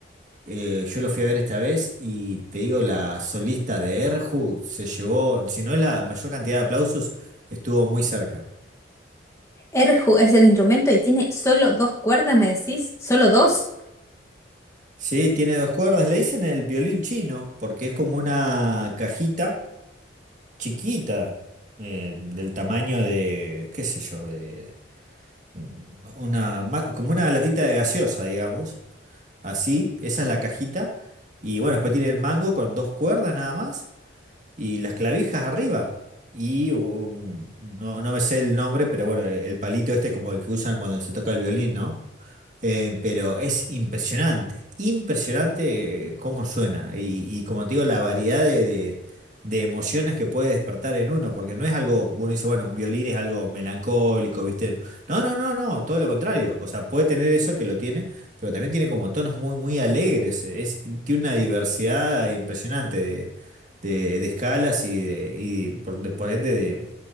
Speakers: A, on the right (about 40°); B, on the left (about 15°).
A: eh, yo lo fui a ver esta vez y te digo, la solista de Erju se llevó, si no es la mayor cantidad de aplausos, estuvo muy cerca.
B: erhu es el instrumento y tiene solo dos cuerdas, me decís, solo dos.
A: Sí, tiene dos cuerdas. Le dicen el violín chino porque es como una cajita chiquita, eh, del tamaño de, qué sé yo, de mm, una, ma- como una latita de gaseosa, digamos. Así, esa es la cajita. Y bueno, después tiene el mango con dos cuerdas nada más y las clavijas arriba. Y un- no, no me sé el nombre, pero bueno, el palito este como el que usan cuando se toca el violín, ¿no? Eh, pero es impresionante, impresionante eh, cómo suena y, y como te digo, la variedad de, de- de emociones que puede despertar en uno, porque no es algo, uno dice, bueno, un violín es algo melancólico, ¿viste? No, no, no, no, todo lo contrario, o sea, puede tener eso que lo tiene, pero también tiene como tonos muy, muy alegres, es, tiene una diversidad impresionante de, de- de escalas y, de, y por, por ende de,